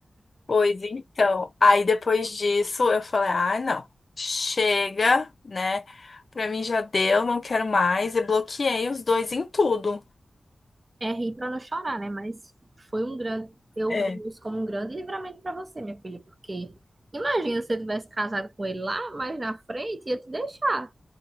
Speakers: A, on the left (about 60°); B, on the right (about 45°).
A: Pois então. Aí depois disso eu falei: ah, não, chega, né? Pra mim já deu, não quero mais. E bloqueei os dois em tudo.
B: É rir para não chorar, né? Mas foi um grande, eu
A: É.
B: vejo isso como um grande livramento para você, minha filha, porque imagina se você tivesse casado com ele lá, mas na frente ia te deixar.